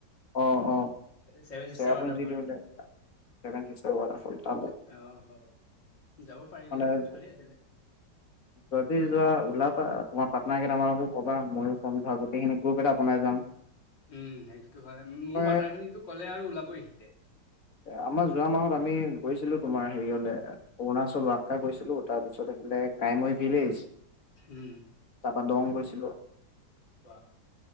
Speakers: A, on the left (about 50°); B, on the left (about 80°).
A: অ অ।
B: Seven sister
A: চেৰাপুঞ্জীটো
B: waterfall
A: <inaudible> Seven Sister waterfall. তালে
B: অঁহ হ। যাব পাৰিলে
A: মানে যদি
B: ভালে আছিলে
A: যোৱা ওলাবা। তোমাৰ পাৰ্টনাৰ কেইটামানকো কবা মই ও ক'ম ধৰা গোটেইখিনি গ্ৰুপ এটা বনাই যাম।
B: উম সেইটোতো হয় মোৰ
A: এ
B: পাৰ্টনাৰ খিনিতো ক'লে আৰু ওলাবই সিহঁতে।
A: আমাৰ যোৱা মাহত আমি গৈছিলো তোমাৰ সেৰি অ'লে অৰুণাচল ৱাক্কা গৈছিলো। তাৰপিছত এইফালে- কাইমই ভিলেজ
B: উম
A: তাৰ পৰা দং গৈছিলো।
B: অ